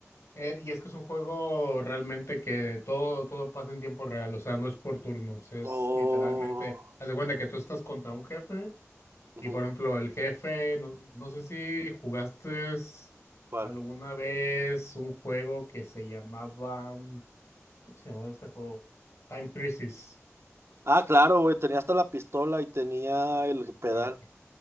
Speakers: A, on the left; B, on the right.
A: Eh, y es que es un juego realmente que todo, todo pasa en tiempo real, o sea, no es por turnos, es
B: Oh.
A: literalmente, haz de cuenta que tú estás contra un jefe
B: ujú,
A: y por ejemplo el jefe, no, no sé si jugaste
B: ¿Cuál?
A: alguna vez un juego que se llamaba, ¿cómo se llamaba este juego? Time Crisis.
B: Ah, claro, güey, tenía hasta la pistola y tenía el pedal.
A: Ah, ok.